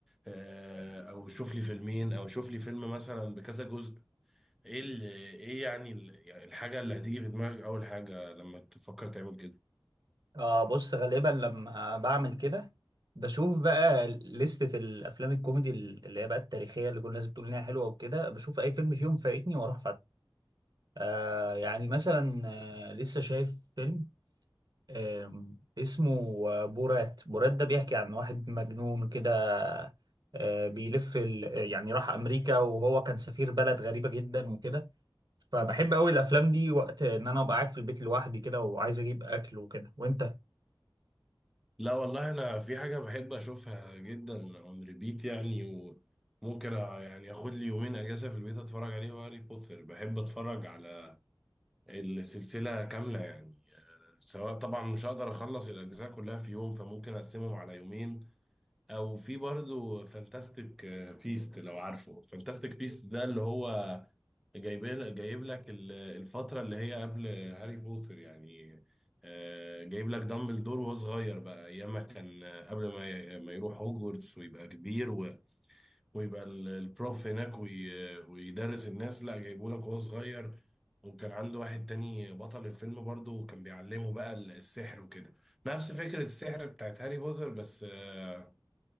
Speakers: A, in the centre; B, on the right.
A: آه، او شوف لي فيلمين او شوف لي فيلم مثلا بكذا جزء ايه اللي ايه يعني ال- يعني الحاجه اللي هتيجي في دماغك اول حاجه لما تفكر تعمل كده
B: اه بص غالبا لما بعمل كده بشوف بقى لستة الافلام الكوميدي اللي هي بقى التاريخيه اللي كل الناس بتقول انها حلوه وكده بشوف اي فيلم فيهم فايتني واروح آه يعني مثلا آه لسه شايف فيلم آه اسمه آه، بورات بورات ده بيحكي عن واحد مجنون كده آه بيلف ال... يعني راح أمريكا وهو كان سفير بلد غريبة جدا وكده فبحب أوي الأفلام دي وقت إن أنا أبقى قاعد في البيت لوحدي كده وعايز أجيب أكل وكده وأنت
A: لا والله انا في حاجه بحب اشوفها جدا اون ريبيت يعني وممكن أ- يعني اخد لي يومين اجازه في البيت اتفرج عليه هو هاري بوتر بحب اتفرج على السلسله كامله يعني آه، سواء طبعا مش هقدر اخلص الاجزاء كلها في يوم فممكن اقسمهم على يومين او في برضه فانتاستيك بيست لو عارفه فانتاستيك بيست ده اللي هو جايب جايب لك ال- الفترة اللي هي قبل هاري بوتر يعني آه، جايب لك دامبلدور وهو صغير بقى ايام ما كان آه، قبل ما ي- ما يروح هوجورتس ويبقى كبير و- ويبقى ال- البروف هناك وي- ويدرس الناس لا جايبه لك وهو صغير وكان عنده واحد تاني بطل الفيلم برضه وكان بيعلمه بقى ال- السحر وكده نفس فكرة السحر بتاعت هاري بوتر بس آه،